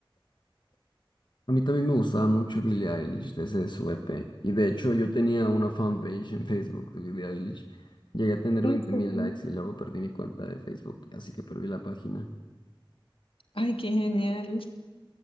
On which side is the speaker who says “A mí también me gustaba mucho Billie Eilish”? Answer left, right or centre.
Left